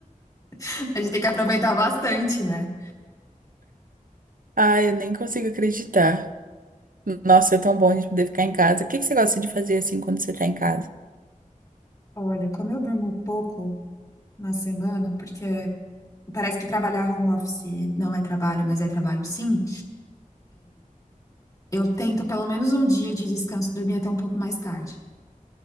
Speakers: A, on the left; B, on the right.
A: <laughs> A gente tem que aproveitar bastante, né?
B: Ai, eu nem consigo acreditar. Nossa, é tão bom a gente poder ficar em casa. O que que você gosta de fazer assim quando você tá em casa?
A: Olha, como eu durmo pouco na semana, porque parece que trabalhar home office não é trabalho, mas é trabalho sim, eu tento pelo menos um dia de descanso dormir até um pouco mais tarde.